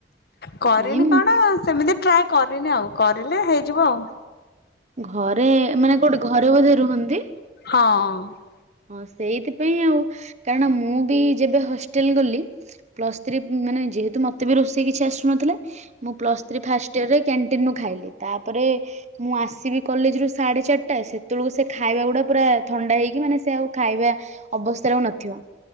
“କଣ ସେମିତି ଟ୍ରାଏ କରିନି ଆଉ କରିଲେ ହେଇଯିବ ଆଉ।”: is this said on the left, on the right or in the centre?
Left